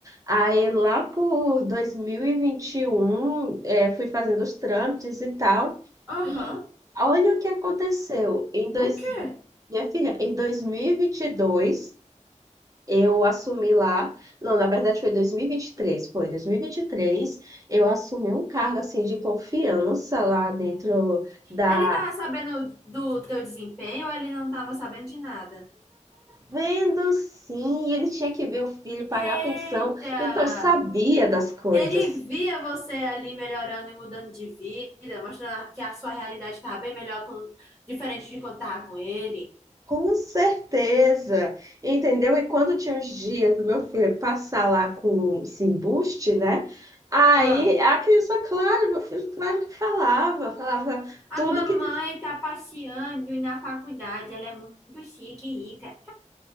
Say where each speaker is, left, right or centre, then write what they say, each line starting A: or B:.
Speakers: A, on the right (about 25°); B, in the centre.
A: Aí, lá por 2021, eh, fui fazendo os trâmites e tal.
B: Aham.
A: E olha o que aconteceu. Em dois...
B: O quê?
A: Minha filha, em 2022. Eu assumi lá, não, na verdade foi 2023, foi 2023, eu assumi um cargo assim de confiança lá dentro da
B: Ele tava sabendo do teu desempenho ou ele não tava sabendo de nada?
A: vendo sim, ele tinha que ver o filho pagar
B: Eita!
A: a pensão, então sabia das coisas.
B: Ele via você ali melhorando e mudando de vida, mostrando que a sua realidade estava bem melhor, com- diferente de quando estava com ele.
A: Com certeza, entendeu? E quando tinha uns dias do meu filho passar lá com esse embuste, né? Aí
B: Ah,
A: a criança, claro, meu filho, claro que falava, falava
B: A
A: tudo
B: mamãe
A: que.
B: tá passeando na faculdade, ela é muito chique e rica.